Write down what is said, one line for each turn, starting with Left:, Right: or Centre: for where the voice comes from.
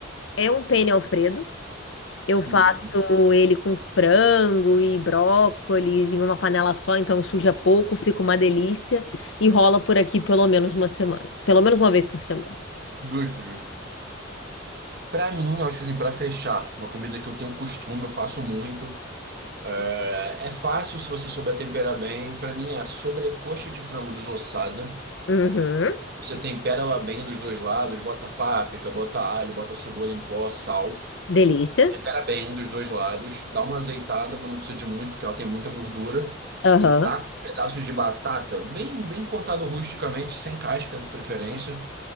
Left: é um penne Alfredo. Eu faço
Right: Uhum.
Left: ele com frango e brócolis em uma panela só, então suja pouco, fica uma delícia e rola por aqui pelo menos uma semana. Pelo menos uma vez por semana.
Right: Justo, justo. Pra mim, eu acho que assim, pra fechar, uma comida que eu tenho costume, eu faço muito. É, é fácil se você souber temperar bem. Pra mim é a sobrecoxa de frango desossada.
Left: Uhum.
Right: Você tempera ela bem dos dois lados, bota páprica, bota alho, bota cebola em pó, sal.
Left: Delícia.
Right: Tempera bem dos dois lados, dá uma azeitada, mas não precisa de muito, porque ela tem muita gordura.
Left: Aham,
Right: E taca os pedaços de batata, bem, bem cortado rusticamente, sem casca de preferência.